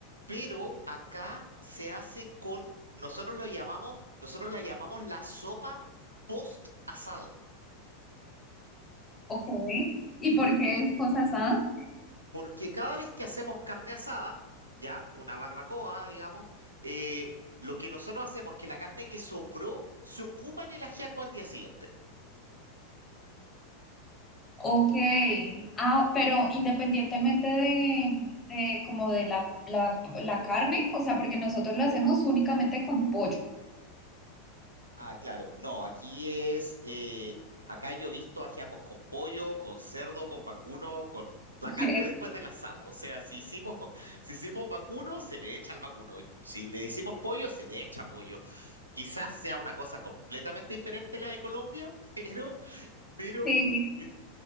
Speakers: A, on the right; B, on the left.
A: pero acá se hace con, nosotros lo llamamos, nosotros la llamamos la sopa post asado,
B: Ok. ¿Y por qué es cosa asada?
A: porque cada vez que hacemos carne asada, ya, una barbacoa, digamos, eh, lo que nosotros hacemos es que la carne que sobró se ocupa en el ajiaco al día siguiente.
B: Ok. Ah, pero independientemente de, de como de la, la, la carne, o sea, porque nosotros lo hacemos únicamente con pollo.
A: Ah, claro. No, aquí es. eh, acá yo he visto ajiacos con pollo, con cerdo, con vacuno, con la
B: Ok,
A: carne después del asado. O sea, si hicimos, <laughs> si hicimos vacuno, se le echa al vacuno. Si le hicimos pollo, se le echa pollo. Quizás sea una cosa completamente diferente a la de Colombia, <laughs> pero, pero,
B: Sí,
A: eh,